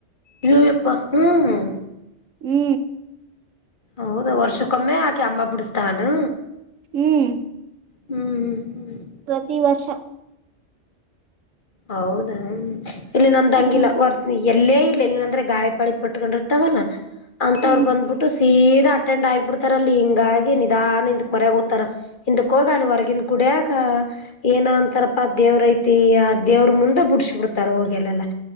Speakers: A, on the left; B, on the right.
A: ನೀವ್ಯಪ್ಪ ಹ್ಮ್ ಹ್ಮ್
B: ಹ್ಮ
A: ಹೌದು ವರ್ಷಕ್ಕೊಮ್ಮೆ ಆಕೆ ಅಂಮಾ ಬಿಡಸ್ತಾನ
B: ಹ್ಮ್
A: ಹ್ಮ್ ಹ್ಮ್ ಹ್ಮ್
B: ಪ್ರತಿವರ್ಷ
A: ಹೌದಾ ಇಲ್ಲಿ ನಮ್ದಂಗಿಲ್ಲ
B: ಹ್ಮ್
A: ವರ್ತನಿ ಎಲ್ಲೇ ಇಲ್ಲ ಹಿಂಗಂದ್ರೆ ಗಾಳಿ ಪಾಳಿ ಪಟ್ಕೊಂಡಿರ್ತಾವಲ್ಲ ಅಂತ
B: ಹ್ಮ್
A: ಅವ್ರರು ಬಂದ್ಬಿಟ್ಟು ಸೀದ ಅಟೆಂಡ್ ಆಗಿಬಿಡ್ತಾರಲ್ಲಿ ಹಿಂಗಾಗಿ ನಿಧಾ ನಿಂದಕ್ ಮರಯಾಗ ಓತಾರ ಹಿಂದಕ್ ಹೋಗಾಲ ಹೊರಗಿಂದ ಗುಡಿಯಾಗ ಏನ ಅಂತಾರಪ್ಪ ದೇವ್ರಐತಿ ಅ ದೇವ್ರರು ಮುಂದೆ ಬಿಡ್ಸ ಬಿಡ್ತಾರ ಹೋಗಲ್ಲಾ